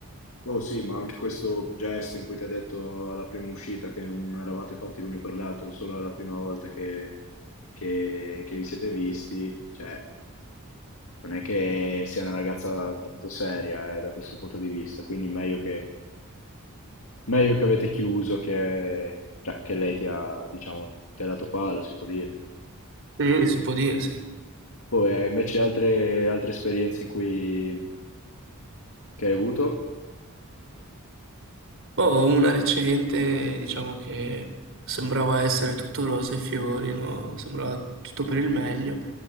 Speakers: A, on the left (about 70°); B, on the right (about 60°).
A: Oh sì, ma anche questo gesto in cui ti ha detto alla prima uscita che non eravate fatti l'uno per l'altro, solo alla prima volta che, che- che vi siete visti, cioè, non è che sia una ragazza tanto seria, eh, da questo punto di vista, quindi meglio che Meglio che avete chiuso che, cioè, che lei ti ha, diciamo, ti ha dato palo, si può dire.
B: Sì, si può dire, sì.
A: Poi eh, invece altre, altre esperienze in cui che hai avuto,
B: Boh, una recente, diciamo che sembrava essere tutto rose e fiori, no? Sembrava tutto per il meglio.